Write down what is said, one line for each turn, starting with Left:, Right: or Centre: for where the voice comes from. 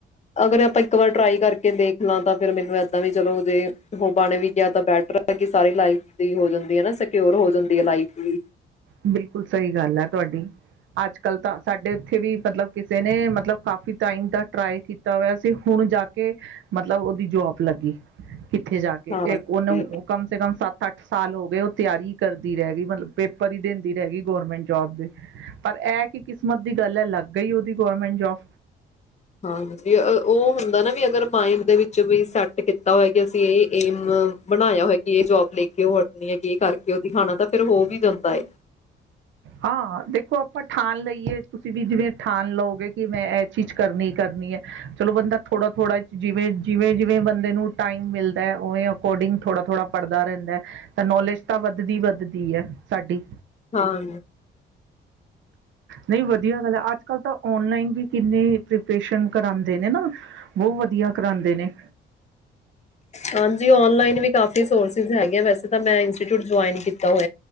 Left: ਅਗਰ ਆਪਾਂ ਇੱਕ ਵਾਰ ਟਰਾਈ ਕਰਕੇ ਦੇਖ ਲਾਂ ਤਾਂ ਫਿਰ ਮੈਨੂੰ ਏਦਾਂ ਵੀ ਚਲੋ ਜੇ ਹੋ ਬਣੇ ਵੀ ਗਿਆ ਤਾਂ ਬੈਟਰ ਹੈਗੀ ਸਾਰੀ ਲਾਈਫ, ਦੀ ਹੋ ਜਾਂਦੀ ਹੈ ਨਾ ਸਕਿਓਰ ਹੋ ਜਾਂਦੀ ਹੈ ਲਾਈਫ। ਹਮ <inaudible>
Right: ਬਿਲਕੁਲ ਸਹੀ ਗੱਲ ਹੈ ਤੁਹਾਡੀ। ਅੱਜ ਕੱਲ ਤਾਂ ਸਾਡੇ ਉੱਥੇ ਵੀ ਮਤਲਬ ਕਿਸੇ ਨੇ ਮਤਲਬ ਕਾਫ਼ੀ ਟਾਈਮ ਦਾ ਟਰਾਈ ਕੀਤਾ ਹੋਇਆ ਸੀ, ਹੁਣ ਜਾ ਕੇ ਮਤਲਬ ਉਹਦੀ ਜੋਬ ਲੱਗੀ। ਕਿੱਥੇ ਜਾ ਕੇ
Left: ਹਾਂ
Right: ਉਹਨੇ
Left: ਜੀ,
Right: ਕਮ ਸੇ ਕਮ ਸੱਤ ਅੱਠ, ਸਾਲ ਹੋ ਗਏ ਉਹ ਤਿਆਰੀ ਕਰਦੀ ਰਹਿ ਗਈ। ਮਤਲਬ ਪੇਪ, ਪਰੀ ਦਿੰਦੀ ਰਹਿ ਗਈ ਗੌਰਮੈਂਟ ਜੋਬ ਦੇ। ਪਰ ਇਹ ਕੀ ਕਿਸਮਤ ਦੀ ਗੱਲ ਹੈ ਲੱਗ ਗਈ ਉਹਦੀ ਗੌਰਮੈਂਟ ਜੋਬ।
Left: ਹਾਂ ਜ ਉਹ ਹੁੰਦਾ ਨਾ ਵੀ ਅਗਰ ਮਾਇੰਡ ਦੇ ਵਿੱਚ ਵੀ ਸੈਟ ਕੀਤਾ ਹੋਇ ਕਿ ਅਸੀਂ ਇਹ, ਏਮ ਬਣਾਇਆ ਹੋਆ ਕਿ ਇਹ ਜੋਬ ਲੈ ਕੇ ਉਹ ਹਟਣੀ ਹੈ ਕਿ ਇਹ ਕਰਕੇ। ਖਾਣਾ ਤਾਂ ਫੇਿਰ ਹੋ ਵੀ ਜਾਂਦਾ ਏ।
Right: ਹਾਂ ਦੇਖੋ ਆਪਾਂ ਠਾਣ ਲਈਏ, ਤੁਸੀਂ ਵੀ ਜਿਵੇਂ ਠਾਣ ਲਓਗੇ ਕਿ ਮੈਂ ਇਹ ਚੀਜ਼ ਕਰਨੀ ਕਰਨੀ ਹੈ। ਚਲੋ ਬੰਦਾ ਥੋੜਾ ਥੋੜ੍ਹਾ ਜਿਵੇਂ ਜਿਵੇਂ ਜਿਵੇਂ ਬੰਦੇ ਨੂੰ ਟਾਈਮ ਮਿਲਦਾ ਉਵੇਂ ਅਕੋਰਡਿੰਗ ਥੋੜ੍ਹਾ ਥੋੜ੍ਹਾ ਪੜ੍ਹਦਾ ਰਹਿੰਦਾ ਹੈ। ਤਾਂ ਨੌਲੇਜ ਤਾਂ ਵੱਧਦੀ ਵੱਧਦੀ ਹੈ ਸਾਡੀ।
Left: ਹਾਂ।
Right: ਨਹੀਂ ਵਧੀਆ ਗੱਲ ਹੈ ਅੱਜ ਕੱਲ ਤਾਂ ਓਨਲਾਈਨ ਵੀ ਕਿੰਨੇ ਪ੍ਰੀਪਰੇਸ਼ਨ ਕਰਾਉਂਦੇ ਨੇ ਨਾ। ਬਹੁਤ ਵਧੀਆ ਕਰਾਉਦੇ ਨੇ।
Left: ਹਾਂਜੀ ਆਨਲਾਈਨ ਵੀ ਕਾਫੀ ਸੋਰਸ ਹੈ, ਵੈਸੇ ਤਾਂ ਮੈਂ ਇੰਸਟੀਚਿਊਟ ਜਇਨ ਕੀਤਾ ਹੋ।